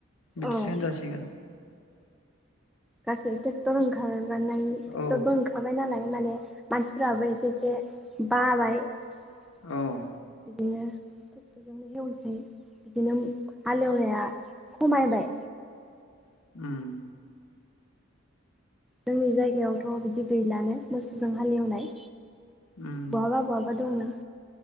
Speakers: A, on the left; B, in the centre.
A: बिदिसो
B: औ
A: होनजासिगोन।
B: गासै ट्रेक्टर ओंखार मोनायनि ट्रेक्टरबो
A: औ
B: ओंखारबाय नालाय। माने मानसिफोराबो एसे एसे बाबाय बिदिनो
A: औ
B: ट्रेक्टरजोंनो हेवनोसै बिदिनो हालेवनाया खमायबाय।
A: उम
B: जोंनि जायगायावथ बिदि गैलानो मोसौजों हालेवनाय।
A: उम
B: बहाबा बहाबा दंना।